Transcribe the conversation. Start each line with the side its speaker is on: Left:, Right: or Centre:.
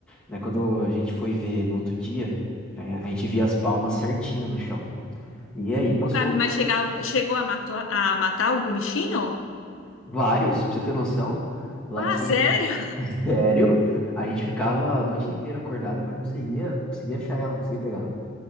Centre: né? Quando a gente foi ver no outro dia, é, a gente via as palmas certinho no chão. E aí passou
Left: Ô, Gabi, mas chegava, chegou a, matou- a matar algum bichinho?
Centre: vários, pra você ter noção, lá
Left: Ah,
Centre: tinha.
Left: sério?
Centre: <laughs> Sério? A gente ficava a noite inteira acordado, mas não conseguia, não conseguia achar ela, não conseguia pegar.